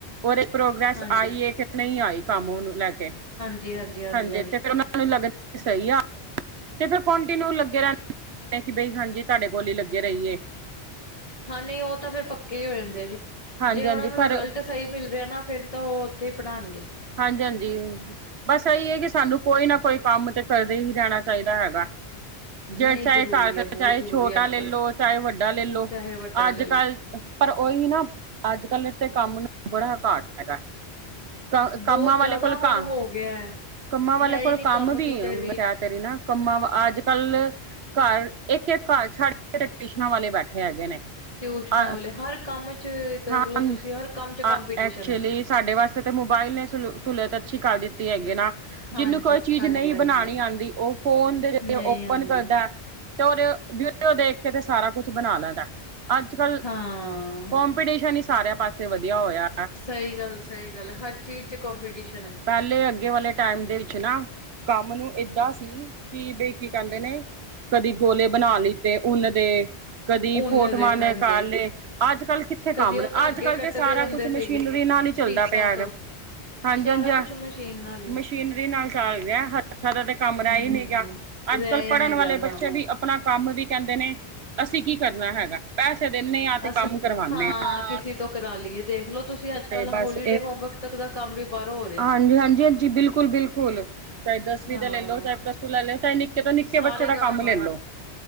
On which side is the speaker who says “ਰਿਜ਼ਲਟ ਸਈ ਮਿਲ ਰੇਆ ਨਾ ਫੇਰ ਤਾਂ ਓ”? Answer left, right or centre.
Left